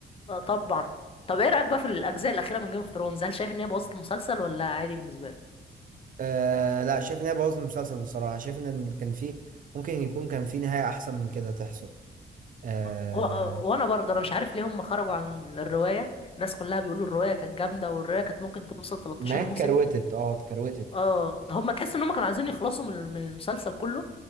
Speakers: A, on the left (about 30°); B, on the right (about 50°).
A: آه، طبعا طب ايه رايك بقى في الاجزاء الاخيره من جيم اوف ثرونز هل شايف ان هي بوظت المسلسل ولا عادي بالنسبه لك
B: آه لا شايف ان هي بوظت المسلسل بصراحة شايف ان كان في ممكن يكون كان في نهاية احسن من كده تحصل آه
A: و... آه، وانا برضه انا مش عارف ليه هم خرجوا عن الروايه الناس كلها بيقولوا الروايه كانت جامده والروايه كانت ممكن توصل 13
B: النهاية
A: موسم
B: اتكروتت اه اتكروتت
A: اه هم تحس ان هم كانوا عايزين يخلصوا من من المسلسل كله